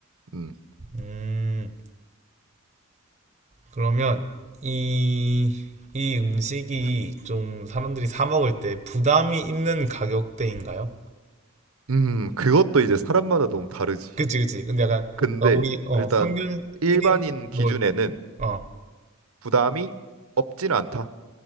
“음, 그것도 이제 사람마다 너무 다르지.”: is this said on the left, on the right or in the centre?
Right